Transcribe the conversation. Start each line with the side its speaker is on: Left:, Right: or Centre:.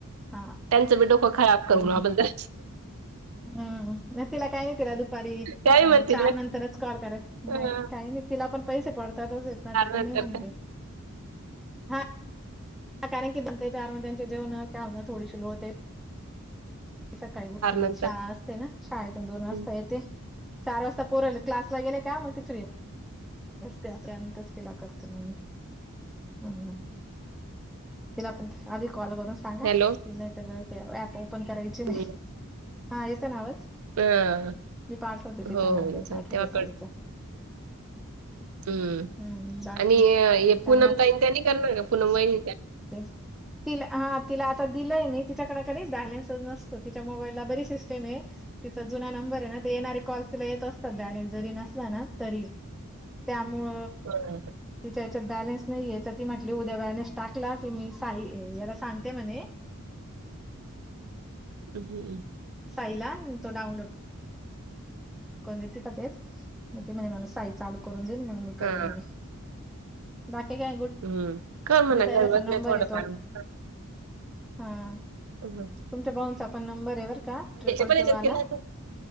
Centre: हा
Right: त्यांचं मी डोकं खराब करून
Centre: हम्म
Right: आपण ज.
Centre: हम्म नाही तिला काही नाही तिला दुपारी
Right: त्याही म्हणतील
Centre: चार नंतरच कॉल कराय
Right: हां,
Centre: नाही का. तिला पण पैसे पडतातच येत ना तिक
Right: नंतर
Centre: नाही म्हणते.
Right: का
Centre: हा कारण की दोन ते चार नंतरची जेवण का हों थोडीशी लो होते. सकाळी.
Right: नंतर
Centre: ना शाळेतून दोन वाजता
Right: हं.
Centre: येते चार वाजता पोरवले क्लासला गेले का मग ती फ्री. त्यानंतरच तिला करते मग मी. तिला पण आधी कॉल करून. सांगा
Right: हॅलो
Centre: त नाही तर ऍप ओपन करायची नाही
Right: हं,
Centre: हा येत ना आवाज.
Right: हां.
Centre: मी पाठवते तिचा
Right: हो,
Centre: नंबर
Right: हो येतोय
Centre: पाठवते
Right: तेव्हा
Centre: ताईचा.
Right: हम्म
Centre: हम्म बाकी
Right: आणि हे
Centre: का
Right: पूनम ताई त्यानी करणार का पूनम वहिनी त्या.
Centre: ते. तिला हा तिला आता दिलंय मी तिच्याकडे कधी बॅलन्स नसतो तिच्या मोबाईलला बरी सिस्टम आहे. तिचा जुना नंबर आहे ना ते येणारे कॉलस तिला येत असतात दने जरी नसला ना तरी. त्यामुळ
Right: हां, हां.
Centre: तिच्या याच्यात बॅलेन्स नाहीय तर ती म्हंटली उद्या बॅलेन्स टाक. टाकला की मी साई याला सांगते म्हणे.
Right: हं, हं.
Centre: साईला तो डाउनलोड. तिथेत मग ते म्हणे मला साई चालू करून देईल मग मी
Right: हां,
Centre: करेल म्हणे. बाकी काय.
Right: हम्म कर
Centre: गुड्डी
Right: म्हणावं
Centre: ताईला नंबर
Right: थोडंफार
Centre: आहे तो
Right: घरबसल्या.
Centre: हा.
Right: ह.
Centre: तुमच्या भाऊंचा पण नंबर येवर का ट्रिपल
Right: पण ह्याच्यात
Centre: टू वाला.
Right: केला होता?